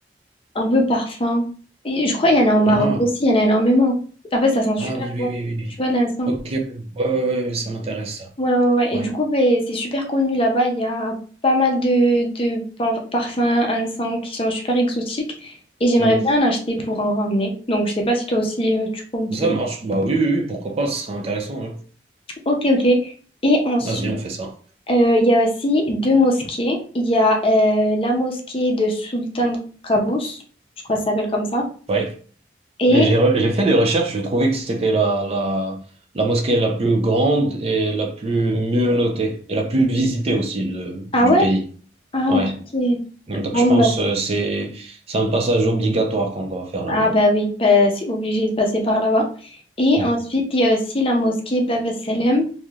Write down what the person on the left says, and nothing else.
un peu parfum. Et je crois qu'il y en a au Maroc
aussi, il y en a énormément. En fait, ça sent super
bon.
Tu vois, de l'encens.
Ouais, ouais, ouais.
Et du coup, ben, c'est super connu là-bas. Il y a pas mal de, de par- parfums, encens qui sont super exotiques. Et j'aimerais
bien en acheter pour en ramener. Donc, je sais pas si toi aussi, euh, tu comptes.
euh,
Ok, ok. Et ensuite,
euh, il y a aussi deux mosquées. Il y a euh, la mosquée de Sultan Qaboos. Je crois que ça s'appelle comme ça.
Et...
Ah
ouais?
Ah,
ok, ok.
Bon,
ben,
Ah
bah oui, bah, c'est obligé de passer par là-bas. Et
ensuite, il y a aussi la mosquée Bab el Salem.